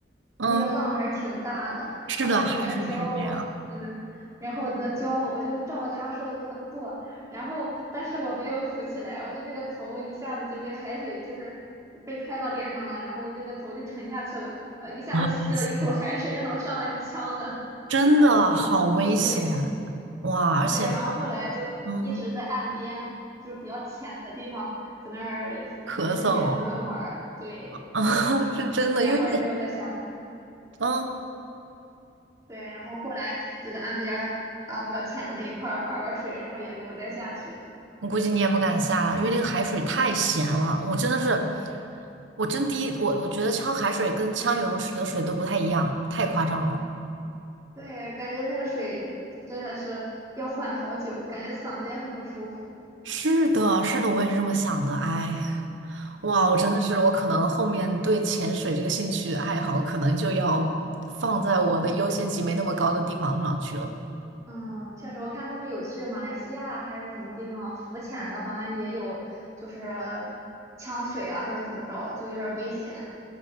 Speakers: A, on the right; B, on the right.
A: 嗯，
B: 那个浪还是挺大的，
A: 是的，
B: 然后他就在那儿教我，
A: 海水是这样。
B: 嗯，然后在那教我，我就照他说的那个做，然后但是我没有浮起来，我就那个头一下子就被海水就是被拍到脸上了，然后那个头就沉下去了，呃，一下子吸了一口海水，
A: 哇塞，
B: 然后上来呛的，
A: 真的好危险。
B: <laughs> 然后对
A: 哇，而且
B: 对，然后后来就一直在岸边，
A: 嗯，
B: 就是比较浅的地方，在那儿自己在那玩儿，
A: 咳嗽。<laughs>
B: 对，
A: 啊，是真的，
B: 然后也没有再下。
A: 因为嗯，
B: 对，然后后来就在岸边儿啊、呃比较浅的那一块儿玩玩水，然后也没有再下去。
A: 我估计你也不敢下了，因为那个海水太咸了。我真的是，我真第一，我我觉得呛海水跟呛游泳池的水都不太一样，太夸张了。
B: 对，感觉那个水真的是要缓好久，感觉嗓子也很不舒服。
A: 是的，是的，我也是这么想的。哎，哇，我真的是，我可能后面对潜水这个兴趣爱好，可能就要放在我的优先级没那么高的地方上去了。
B: 嗯，确实，我看他们有去马来西亚还是什么地方浮潜的，好像也有就是呛水啊或者怎么着，就有点危险